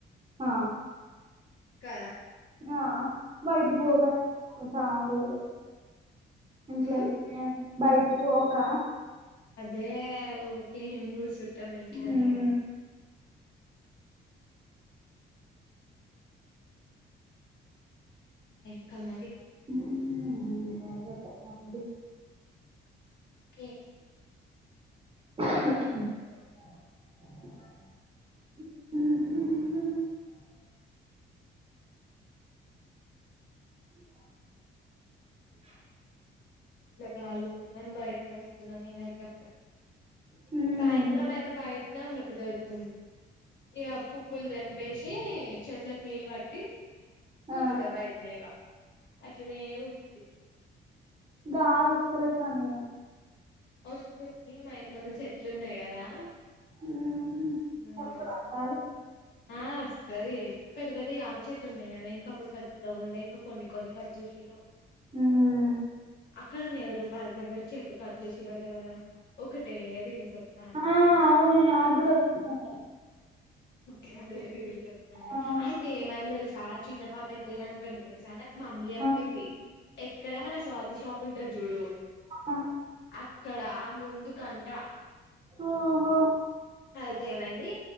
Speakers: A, on the right; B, on the left.
A: ఆ
B: కదా
A: ఆ బయటికి పోక పోతండు ఇంట్లోనే
B: ఉమ్
A: బయటికి పోక
B: ఏ ఊకె ఏం కుసుటం ఇంట్లనే
A: ఉమ్,
B: ఇంకా మరి
A: హ్ రజప అది
B: ఎం చేస్తం
A: <unintelligible> <unintelligible> అ
B: ఇలాగాలుస్తుందని బయటనే కూర్చున్న నేనయితే
A: హ్మ్
B: సాయంత్రం అయితే బయటనే ఉండబుద్దిఅవుతుంది ఇక పువ్వులు తెంపేసి చెట్లకు నీళ్ళు పట్టి కూచుట
A: ఆ
B: బైటనే ఇగ అట్లనె కూచ
A: గాలి వస్తలే ఖాని
B: వస్తుంది మా ఇంటి ముందు చెట్లు ఉన్నాయి కదా హ
A: హ్మ్ వస్తదా
B: వస్తు
A: గాలి
B: ఆ వస్తది పెద్ద పెద్ద యాప చెట్లు ఉన్నాయి కదా ఇంకా అప్పుడు పెద్దగా ఉండే ఇంకా కొన్ని కొన్ని కట్ చేసిర్రు
A: హ్మ్
B: అక్కడనే ఎవరో బాయీ దగ్గర చెట్టు కట్ చేసిరట కదా ఒకటే రీల్స్ తను
A: ఆ అవును నాకు కూడా వచ్చినాయి
B: గదే రీల్స్ వత్తన్నాయి
A: అవును
B: అయితే ఏమైంది తెలుసా చిన్న పాప ఎట్ల చనిపోయింది తెలుసా మమ్మీ చెప్పింది
A: ఆ
B: ఎక్కడ మన స్వాతి షాప్ ఉంటాది చూడు
A: ఆ,
B: అక్క అక్కడ ఆ ముందు కంట
A: ఓహో
B: అయితే ఏమైంది